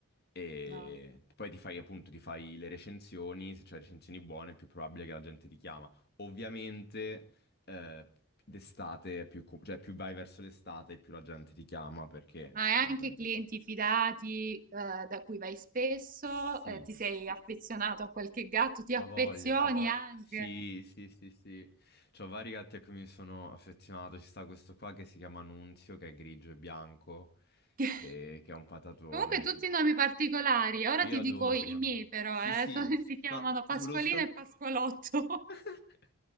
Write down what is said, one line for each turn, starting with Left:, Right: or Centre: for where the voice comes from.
Left: e
Right: No.
Left: poi ti fai appunto, ti fai le recensioni, se c'hai recensioni buone è più probabile che la gente ti chiama. Ovviamente eh, d'estate, è più, co- cioè più vai verso l'estate più la gente ti chiama perché
Right: Ma hai
Left: la
Right: anche
Left: gente
Right: clienti
Left: fa...
Right: fidati, eh, da cui vai spesso?
Left: Sì.
Right: Eh, ti sei affezionato a qualche gatto? Ti affezioni
Left: Ha voglia, sì, sì.
Right: Ah, anche?
Left: Sì, sì, sì, sì. C'ho vari gatti a cui mi sono affezionato. Ci sta questo qua che si chiama Nunzio, che è grigio e bianco,
Right: <laughs>
Left: e- che è un patatone,
Right: Comunque tutti
Left: sì.
Right: nomi particolari. Ora
Left: Ma io
Right: ti
Left: adoro
Right: dico i
Left: quando...
Right: i miei però,
Left: Sì,
Right: eh.
Left: sì.
Right: <laughs> So- Si chiamano
Left: No,
Right: Pasqualina
Left: volevo soltanto...
Right: e Pasqualotto.
Left: <laughs>